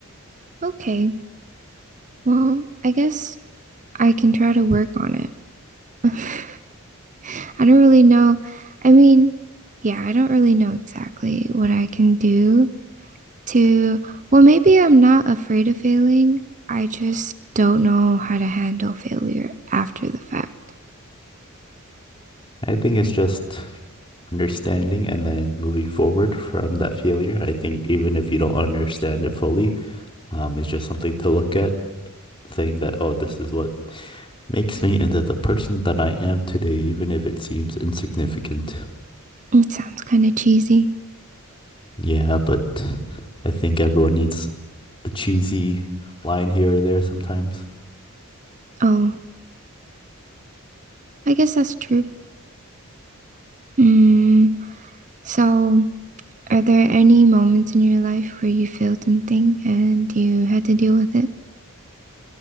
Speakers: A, on the right; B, on the left.
A: Okay. Well, I guess I can try to work on it. <laughs> I don't really know. I mean, yeah, I don't really know exactly what I can do to, well, maybe I'm not afraid of failing. I just don't know how to handle failure after the fact.
B: I think it's just understanding and then moving forward from that failure. I think even if you don't understand it fully, um, it's just something to look at, saying that, oh, this is what makes me into the person that I am today, even if it seems insignificant.
A: It sounds kind of cheesy.
B: Yeah, but I think everyone needs a cheesy line here or there sometimes.
A: Oh, I guess that's true. Mm, so Are there any moments in your life where you failed something and you had to deal with it?